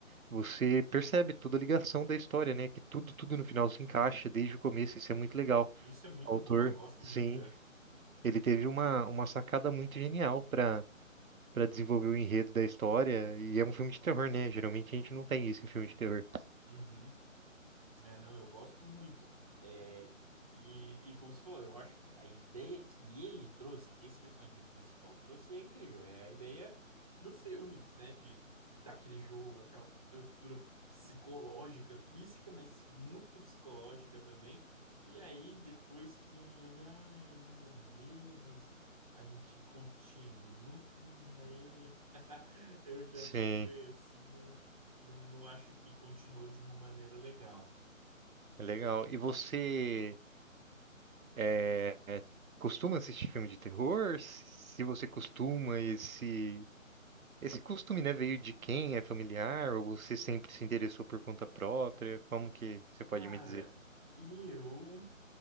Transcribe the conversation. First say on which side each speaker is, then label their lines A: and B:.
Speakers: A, on the right; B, on the right.
A: você percebe toda a ligação da história, né? Que tudo, tudo no final se encaixa desde o começo, isso é muito legal.
B: isso é muito
A: O autor,
B: bom, eu gosto
A: sim
B: muito, é.
A: ele teve uma, uma sacada muito genial para para desenvolver o enredo da história. E é um filme de terror, né? Geralmente a gente não tem isso em filme de terror.
B: Uhum. É, não, eu gosto muito. É, e, e como você falou, eu acho que a ideia que ele trouxe, que esse personagem principal trouxe, é incrível. É a ideia do filme, né? De, daquele jogo, aquela tortura psicológica, física, mas muito psicológica também. E aí, depois que ele, ai, morreu, mas a gente continua. Hum, aí eu já, <laughs> eu já
A: Sim,
B: fico assim não, não, não acho que continuou de uma maneira legal.
A: é legal. E você é, é, costuma assistir filme de terror? Se você costuma, esse, esse costume, né, veio de quem? É familiar? Ou você sempre se interessou por conta própria? Como que você pode
B: Cara,
A: me dizer?
B: eu